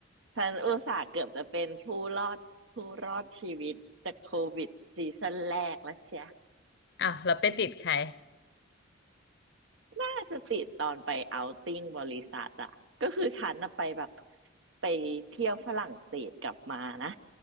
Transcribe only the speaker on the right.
ฉันอุตส่าห์เกือบจะเป็นผู้รอดผู้รอดชีวิตจากโควิดซีซั่นแรกแล้วเชีย
น่าจะติดตอนไปเอาท์ติ้งบริษัทอะก็คือฉันน่ะไปแบบไปเที่ยวฝรั่งเศสกลับมานะ